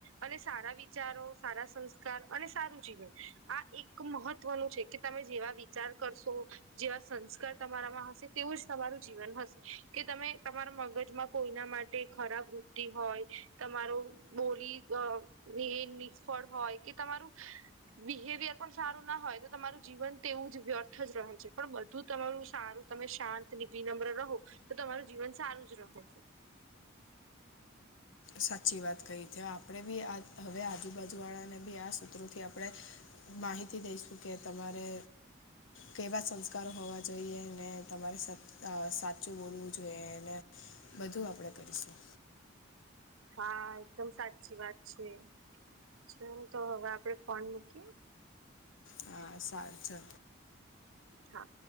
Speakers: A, on the right (about 80°); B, on the left (about 75°).
A: અને સારા વિચારો સારા સંસ્કાર અને સારું જીવન આ એક મહત્વનું છે કે તમે જેવા વિચાર કરશો જેવા સંસ્કાર તમારામાં હશે તેવું જ તમારું જીવન હશે કે તમે તમારા મગજમાં કોઈના માટે ખરાબ વૃત્ધતિ હોય તમારો બોલી નિષ્ફળ હોય કે તમારું બિહેવિયર પણ સારું ના હોય તો તમારું જીવન તેવું જ વ્યર્થ જ રહે છે પણ બધું તમારું સારું તમે શાંત ને વિિનમ્ર રહો તો તમારું જીવન સારું જ રહો
B: સાચી વાત કહી છે આપણે બી આ હવે આજુબાજુવાળાને બી આ સૂત્રોથી આપણે માહિતી દઈશું કે તમારે કેવા સંસ્કારો હોવા જોઈએ ને તમારે અ સાચું બોલવું જોઈએ અને બધું આપણેે કરીશું
A: હા એકદમ સાચી વાત છે. <unintelligible> તો હવે આપડે ફોન મૂકીએ?
B: હ સારું ચલો.
A: હા